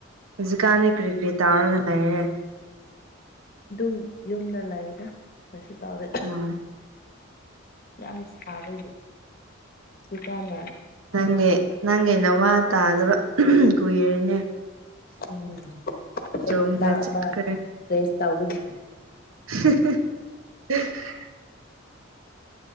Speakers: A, on the right (about 90°); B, on the left (about 45°).
A: ꯍꯧꯖꯤꯛꯀꯥꯟꯗꯤ ꯀꯔꯤ ꯀꯔꯤ ꯇꯧꯔꯒ ꯂꯩꯔꯦ
B: ꯑꯗꯨꯝ ꯌꯨꯝꯗ ꯂꯩꯔꯦ ꯀꯩꯁꯨ ꯇꯥꯎꯗꯦ
A: ꯎꯝ
B: ꯌꯥꯝ ꯁꯥꯕꯁꯦ ꯍꯧꯀꯥꯟꯅ
A: ꯅꯪꯒꯤ ꯅꯪꯒꯤꯩꯅꯋꯥ ꯇꯥꯗꯕ ꯀꯨꯏꯔꯦꯅꯦ
B: ꯎꯝ
A: ꯆꯣꯅ
B: ꯍꯞꯇꯥ
A: ꯆꯠꯀ꯭ꯔꯦ
B: ꯑꯃ ꯔꯦꯁ ꯇꯧꯕꯒꯤ
A: <unintelligible>